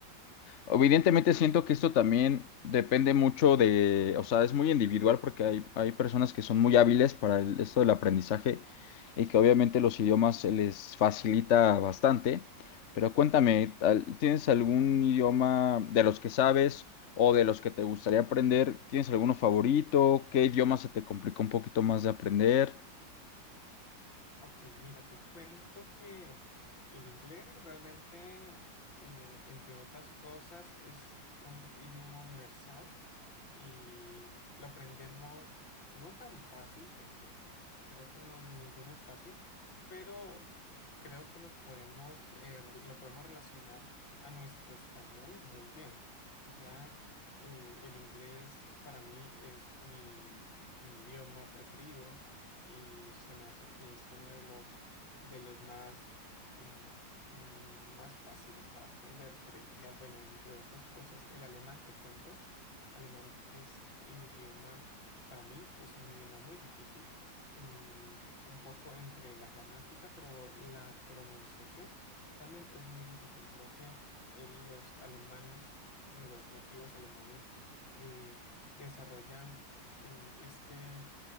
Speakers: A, on the left; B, on the left.
A: Evidentemente siento que esto también depende mucho de, o sea, es muy individual porque hay, hay personas que son muy hábiles para el- esto del aprendizaje y que obviamente los idiomas se les facilita bastante. Pero cuéntame, tal- ¿tienes algún idioma de los que sabes o de los que te gustaría aprender? ¿Tienes alguno favorito? ¿Qué idioma se te complica un poquito más de aprender?
B: Ok, mira, te cuento que el inglés realmente, eh, entre otras cosas, es un idioma universal y lo aprendemos no tan fácil, porque creo que no, ninguno es fácil, pero creo que nos podemos, eh, re- lo podemos relacionar a nuestro español muy bien. O sea, eh, el inglés para mí es mi, mi idioma preferido y se me hace que es uno de los, de los más, eh, mm, más fáciles para aprender, creería. Bueno, entre otras cosas, el alemán, te cuento, alemán es el idioma, para mí es un idioma muy difícil, en- un poco entre la gramática, pero la pronunciación también es muy difícil. Creo que eh, los alemanes, los nativos alemanes, eh, desarrollan eh, este